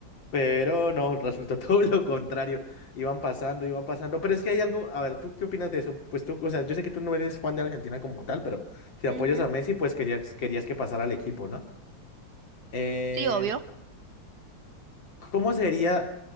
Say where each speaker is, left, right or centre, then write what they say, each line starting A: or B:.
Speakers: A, on the left; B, on the right.
A: Pero no, resultó <laughs> todo lo contrario. Iban pasando, iban pasando. Pero es que hay algo, a ver, ¿tú qué opinas de eso? Pues tú, o sea, yo sé que tú no eres fan de Argentina como tal, pero si
B: Ujú.
A: apoyas a Messi, pues querías, querías que pasara al equipo, ¿no? Eh,
B: Sí, obvio.
A: ¿cómo sería?